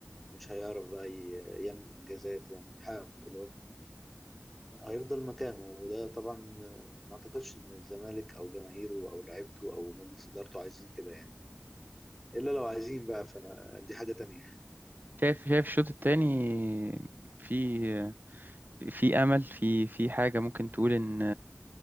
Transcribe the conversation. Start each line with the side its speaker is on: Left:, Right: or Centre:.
Centre: مش هيعرف بقى ي- يعمل إنجازات يعني يحقق بطولات هيفضل مكانه وده طبعا آه، ما اعتقدش ان الزمالك او جماهيره او لعيبته او مجلس ادارته عايزين كده يعني الا لو عايزين بقى فدي حاجة تانية
Right: شايف شايف الشوط التاني في في امل في في حاجه ممكن تقول ان